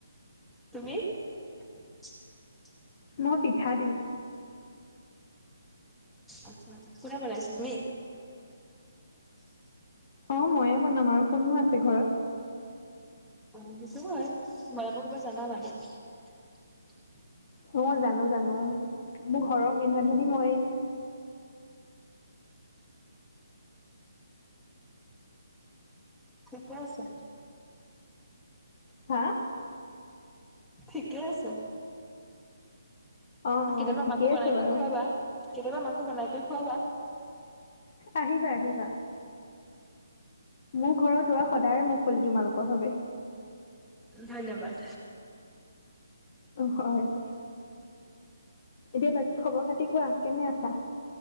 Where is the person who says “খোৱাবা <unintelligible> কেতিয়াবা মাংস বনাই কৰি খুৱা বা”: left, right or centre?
Centre